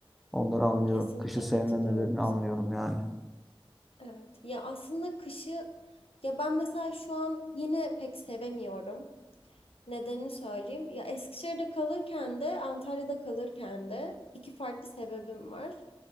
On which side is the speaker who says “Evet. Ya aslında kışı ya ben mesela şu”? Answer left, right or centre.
Left